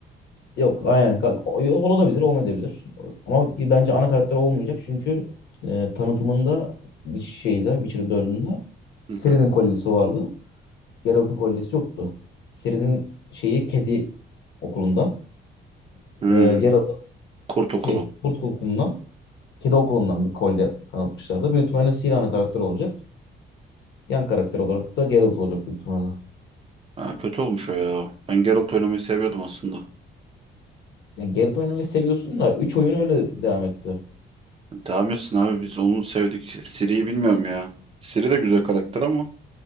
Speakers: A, on the left (about 60°); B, on the right (about 30°).
A: Yok aynen Ka- o- olabilir olmayabilir. Ama bence ana karakter olmayacak çünkü eee, tanıtımında bir şeyde Witcher dördünde Ciri'nin
B: Hı hı.
A: kolyesi vardı. Geralt'ın kolyesi yoktu. Ciri'nin şeyi kedi okulundan
B: Hmm.
A: eee Geralt'ın
B: Kurt Okulu.
A: şey, kurt okulundan kedi okulundan bir kolye tanıtmışlardı. Büyük ihtimalle Ciri ana karakter olacak. Yan karakter olarak da Geralt olacak büyük ihtimalle.
B: Ha, kötü olmuş o ya. Ben Geralt oynamayı seviyordum aslında.
A: Ya Geralt oynamayı seviyorsun da 3 oyun öyle devam etti.
B: Devam etsin abi biz onu sevdik. Ciri'yi bilmiyorum ya. Ciri de güzel karakter ama.